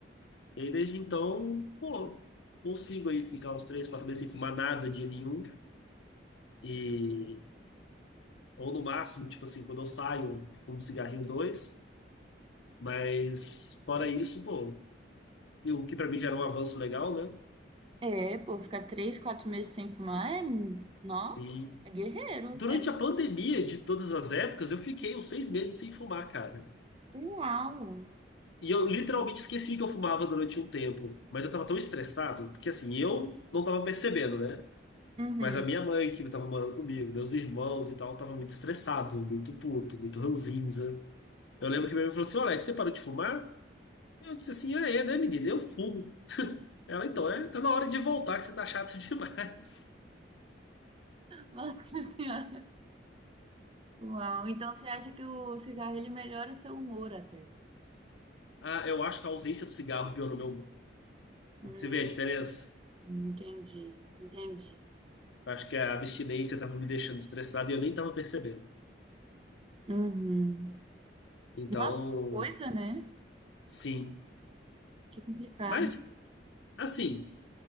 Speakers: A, on the left; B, on the right.
A: E aí desde então, pô, consigo aí ficar uns três, quatro meses sem fumar nada dia nenhum. E, ou no máximo, tipo assim, quando eu saio, fumo um cigarrinho dois. Mas fora isso, pô, e o que pra mim já era um avanço legal, né?
B: É, pô, ficar três, quatro meses sem fumar é. Nó,
A: E
B: é guerreiro.
A: durante
B: É...
A: a pandemia de todas as épocas, eu fiquei uns seis meses sem fumar, cara.
B: Uau!
A: E eu literalmente esqueci que eu fumava durante um tempo, mas eu tava tão estressado, porque assim, eu não tava percebendo, né?
B: Uhum.
A: Mas a minha mãe, que estava morando comigo, meus irmãos e tal, estava muito estressado, muito puto, muito ranzinza. Eu lembro
B: <laughs>
A: que minha mãe falou assim: "Ô, Alex, você parou de fumar? Eu disse assim: Ah, é, né, menina? Eu fumo. Ela, então, é, tá na hora de voltar, que você tá chato <laughs> demais.
B: Nossa Senhora. Uau. Então você acha que o cigarro ele melhora o seu humor até?
A: Ah, eu acho que a ausência do cigarro piorou meu.
B: Hum,
A: Você vê a diferença?
B: entendi, entendi.
A: Eu acho que a abstinência estava me deixando estressado e eu nem estava percebendo.
B: Uhum.
A: Então,
B: Nossa, que coisa, né?
A: sim.
B: Que complicado.
A: Mas, assim,